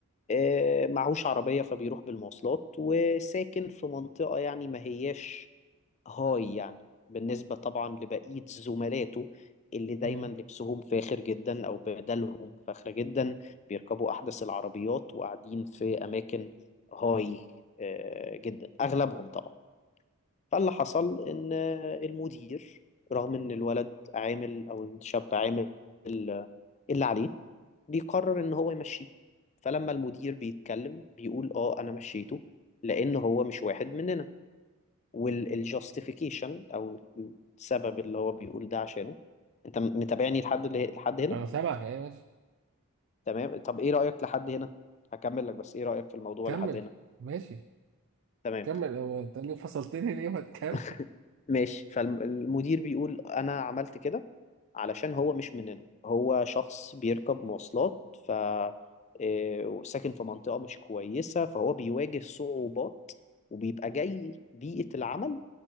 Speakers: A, on the left (about 30°); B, on the right (about 55°).
A: آه، معهوش عربية فبيروح بالمواصلات وساكن في منطقة يعني ما هياش هاي يعني بالنسبة طبعا لبقية زملاته اللي دايما
B: مم.
A: لبسهم فاخر جدا أو بدلهم فاخرة جدا بيركبوا أحدث العربيات وقاعدين في أماكن هاي آه، جدا أغلبهم طبعا فاللي حصل إن آه، المدير رغم إن الولد عامل أو الشاب عامل ال- اللي عليه بيقرر إن هو يمشيه فلما المدير بيتكلم بيقول آه أنا مشيته لأن هو مش واحد مننا والجاستيفيكيشن او السبب اللي هو بيقول ده عشانه انت م- متابعني لحد اللي لحد هنا
B: انا سامعك ايه ماشي
A: تمام طب ايه رأيك لحد هنا هكمل لك بس ايه رأيك في الموضوع
B: كمل
A: لحد هنا
B: ماشي
A: تمام
B: كمل هو انت ليه فصلتني ليه ما تكمل
A: <laughs> ماشي فالمدير بيقول انا عملت كده علشان هو مش مننا هو شخص بيركب مواصلات ف إيه، وساكن في منطقة مش كويسة فهو بيواجه صعوبات وبيبقى جاي بيئة العمل